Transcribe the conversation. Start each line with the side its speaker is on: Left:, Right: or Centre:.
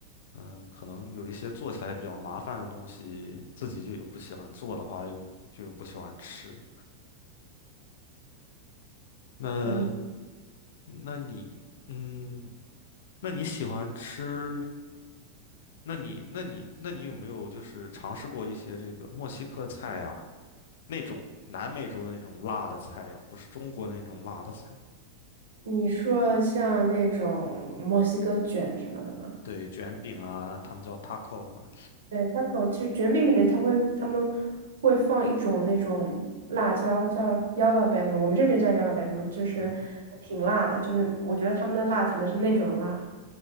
Left: 嗯，可能有一些做起来比较麻烦的东西，自己就有不喜欢做的话，又就有不喜欢吃。那，
Right: 嗯。
Left: 那你，嗯，那你喜欢吃？那你，那你，那你有没有就是尝试过一些这个墨西哥菜呀？那种南美洲的那种辣的菜呀、不是中国的那种辣的菜。
Right: 你说像那种墨西哥卷什么的吗？
Left: 对，卷饼啊，他们叫 taco 嘛。
Right: 对，taco 其实卷饼里面它会他们会放一种那种辣椒叫 jalapeno，我们这边叫 jalapeno，就是挺辣的，
Left: 嗯
Right: 就是我觉得他们的辣可能是那种辣。